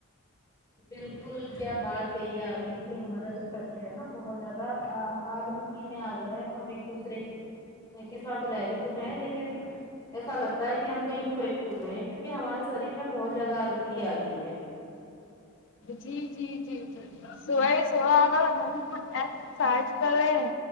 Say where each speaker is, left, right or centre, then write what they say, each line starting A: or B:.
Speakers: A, on the left; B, on the left.
A: بالکل کیا بات کہی ہے آپ نے کہ ہمارا جو خرچہ ہے نا بہت زیادہ آل میں آ گیا ہم ایک دوسرے کے ساتھ رہتے تو ہیں لیکن ایسا لگتا ہے کہ ہم کہیں کھوئے ہوئے ہیں کیونکہ ہمارے شریر میں بہت زیادہ آلودگی آ گئی ہے
B: جی جی جی جی صبح ہی صبح اگر ہم <unintelligible> کرے